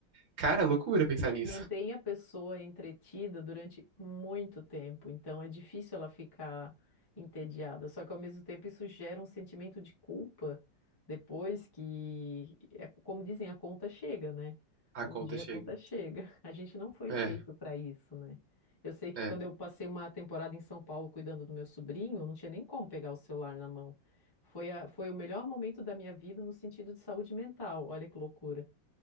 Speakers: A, on the right (about 65°); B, on the left (about 20°).
A: cara, é loucura pensar nisso.
B: mantém a pessoa entretida durante muito tempo, então é difícil ela ficar entediada. Só que ao mesmo tempo isso gera um sentimento de culpa depois que, é como dizem, a conta chega, né?
A: A
B: Um
A: conta
B: dia
A: chega.
B: a conta chega. <laughs> A gente não foi
A: É,
B: feito para isso, né? Eu sei que
A: é,
B: quando eu passei uma temporada em São Paulo cuidando do meu sobrinho, eu não tinha nem como pegar o celular na mão. Foi a- foi o melhor momento da minha vida no sentido de saúde mental. Olha que loucura.